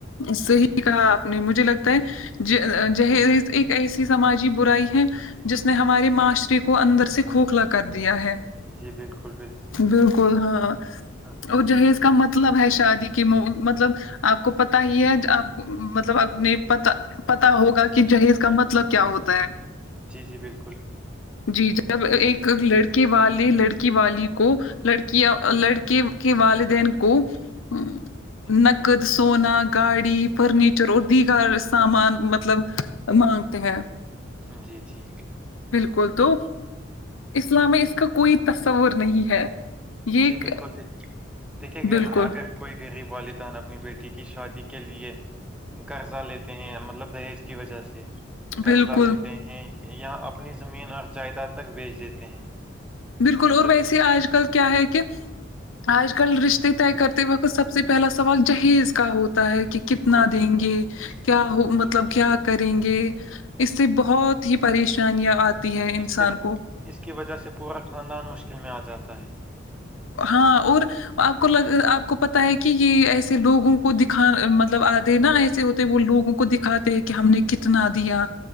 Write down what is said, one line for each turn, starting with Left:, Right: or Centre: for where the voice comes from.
Left: صحیح کہا آپ نے مجھے لگتا ہے ج جہیز ایک ایسی سماجی برائی ہے جس نے ہماری معاشرے کو اندر سے کھوکھلا کر دیا ہے
Centre: جی بالکل
Left: بالکل ہاں
Centre: ہاں
Left: اور جہیز
Centre: ہم،
Left: کا مت مطلب ہے شادی کی مو مطلب آپ کو پتا ہی ہے آپ مطلب اپنے پتا پتا ہوگا کہ جہیز کا مطلب کیا ہوتا ہے
Centre: جی جی بالکل
Left: جی جب
Centre: دیکھیے
Left: ایک لڑ کے والے لڑکی والی کو لڑکی لڑکے کے والدین کو ہ نک <unintelligible> سونا گاڑی فرنیچر اور دیگر سامان مطلب مانگتے ہیں
Centre: جی جی
Left: بالکل تو اسلام میں اس کا کوئی تصور نہیں ہے یہ
Centre: جی
Left: ایک-
Centre: بالکل جی دیکھیے گ
Left: بالکل
Centre: آگر کوئی غریب والدان اپنی بیٹی کی شادی کے لیے قرضہ لیتے ہیں مطلب دہیج کی وجہ سے قرضہ
Left: بالکل
Centre: لیتے ہیں یا اپنی زمین اور جائیداد تک بیچ دیتے ہیں
Left: بالکل اور
Centre: تو
Left: ویسے آج کل کیا ہے کہ آج کل رشتے طے کرتے وقت سب سے پہلا سوال جہیز کا ہو ہوتا ہے کہ کتنا
Centre: بالکل
Left: دیں
Centre: بالکل
Left: گے کیا ہو
Centre: بالکل
Left: مطلب کیا کریں گے اس سے بہت
Centre: ہاں
Left: ہی پریشانیاں آتی ہے انسان
Centre: اس سے پو-
Left: کو
Centre: اس کی وجہ سے پورا خاندان مشکل میں آ جاتا ہے
Left: ہاں اور آپ کو ل آپ کو پتا ہے کہ یہ ایسے لوگوں کو دکھا مطلب آدے نا ایسے ہوتے وہ لوگوں کو دکھاتے کہ ہم نے کتنا دیا